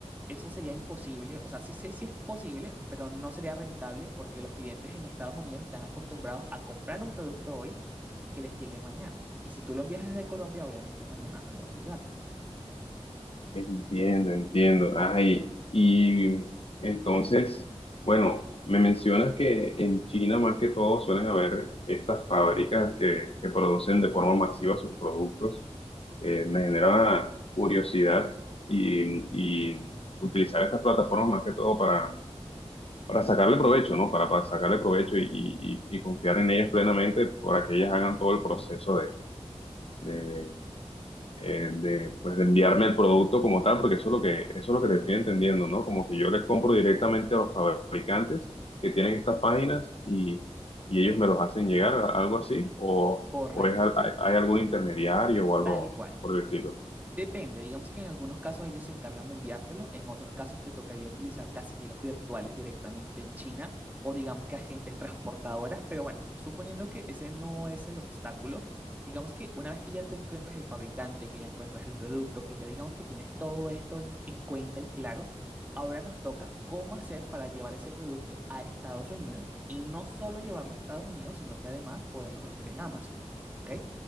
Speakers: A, on the right; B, on the left.
A: Eso sería imposible, o sea, sí, sé sí es posible, pero no sería rentable porque los clientes en Estados Unidos están acostumbrados a comprar un producto hoy y que les llegue mañana. Y si tú lo envías desde Colombia, obviamente mañana no le va a llegar.
B: Entiendo, entiendo. Ay, y entonces, bueno, me mencionas que en China más que todo suelen haber estas fábricas que, que producen de forma masiva sus productos. Eh, me genera curiosidad y, y utilizar estas plataformas más que todo para para sacarle provecho, ¿no? Para, para sacarle provecho y, y- y- y confiar en ellas plenamente para que ellas hagan todo el proceso de, de, eh, de, pues, de enviarme el producto como tal, porque eso es lo que, eso es lo que te estoy entendiendo, ¿no? Como que yo les compro directamente a los fabricantes que tienen estas páginas y, y ellos me los hacen llegar, a- algo así, o,
A: Correcto,
B: o es, al- hay, hay algún intermediario o algo
A: tal cual.
B: por el estilo.
A: Depende, digamos que en algunos casos ellos se encargan de enviártelo, en otros casos te tocaría utilizar casilleros virtuales directamente en China o digamos que agentes transportadoras, pero bueno, suponiendo que ese no es el obstáculo, digamos que una vez que ya tú encuentras el fabricante, que ya encuentras el producto, que ya digamos que tienes todo esto en, en cuenta y claro, ahora nos toca cómo hacer para llevar ese producto a Estados Unidos y no solo llevarlo a Estados Unidos, sino que además poderlos vender en Amazon. ¿ok?